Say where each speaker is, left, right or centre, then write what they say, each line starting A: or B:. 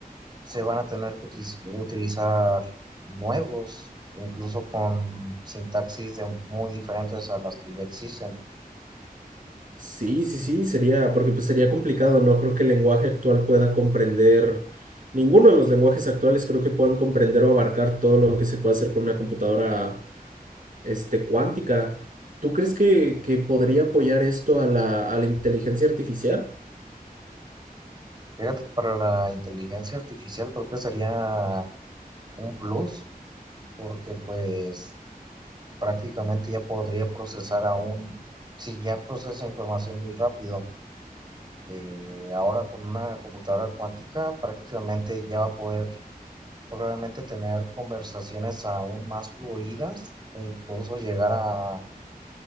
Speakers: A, on the right; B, on the right.
A: se van a tener que utiz- utilizar nuevos, incluso con sintaxis de- muy diferentes a las que ya existen.
B: Sí, sí, sí, sería, porque pues sería complicado, no creo que el lenguaje actual pueda comprender, ninguno de los lenguajes actuales creo que puedan comprender o abarcar todo lo que se puede hacer con una computadora, este, cuántica. ¿Tú crees que, que podría apoyar esto a la, a la inteligencia artificial?
A: Fíjate que para la inteligencia artificial creo que sería un plus porque pues prácticamente ya podría procesar aún, si ya procesa información muy rápido, eh, ahora con una computadora cuántica prácticamente ya va a poder probablemente tener conversaciones aún más fluidas e incluso llegar a,